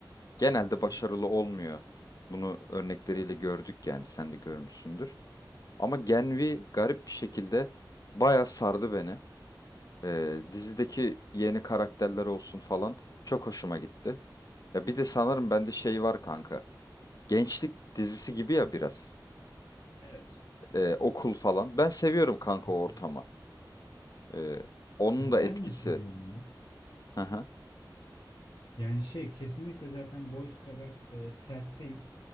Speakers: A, on the left (about 50°); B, on the left (about 75°).
A: Genelde
B: Hı hı.
A: başarılı olmuyor. Bunu örnekleriyle gördük yani sen de görmüşsündür. Ama Gen V garip bir şekilde bayağı sardı beni. E, dizideki yeni karakterler olsun falan çok hoşuma gitti. Ya bir de sanırım bende şey var kanka. Gençlik dizisi gibi ya biraz.
B: Evet.
A: e, okul falan. Ben seviyorum kanka
B: Hı
A: o
B: hı.
A: ortamı. E, onun
B: Ya
A: da etkisi.
B: ben de seviyorum ya.
A: Hı hı.
B: Yani şey kesinlikle zaten Boys kadar e, sert değil.